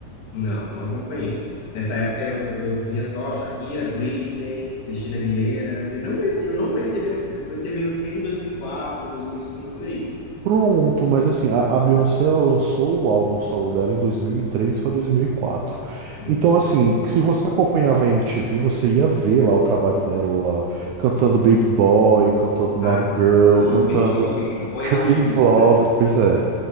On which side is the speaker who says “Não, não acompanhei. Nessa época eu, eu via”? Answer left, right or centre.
Left